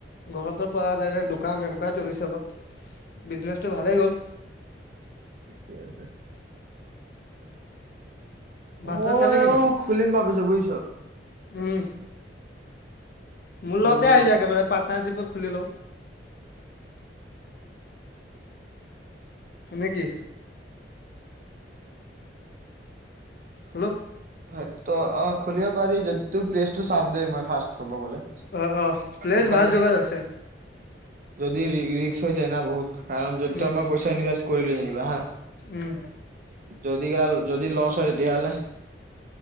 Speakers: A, on the left (about 55°); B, on the right (about 50°).
A: ঘৰটোৰ পৰা ডাইৰেক্ দোকান এনেকুৱাই চলিছে অলপ বিজনেচটো ভালেই গ'ল
B: ঠিকেই আছে
A: ভাত
B: মইও
A: চাত খালি কি নাই?
B: খুলিম ভাবিছো বুজিছ
A: উম মোৰ
B: তোৰ
A: লগতে আহি যা একেবাৰে পাৰ্টনাৰশিপত খুলি লও নেকি হেল্ল'
B: হয় তো অ খুলিব পাৰি যদি তোৰ প্লেচটো চাম দে মই ফাৰ্ষ্ট ক'ব গ'লে।
A: অ অ প্লেছ
B: দোকান
A: ভাল
B: যদি
A: জগাত আছে।
B: যদি <unintelligible> ৰিস্ক হৈ যায় না বহুত কাৰণ যদি
A: উম
B: তই মই পইচা ইনভেষ্ট কৰিলো যেনিবা হা
A: উম
B: যদি <unintelligible> যদি লছ হয় তেতিয়াহ'লে।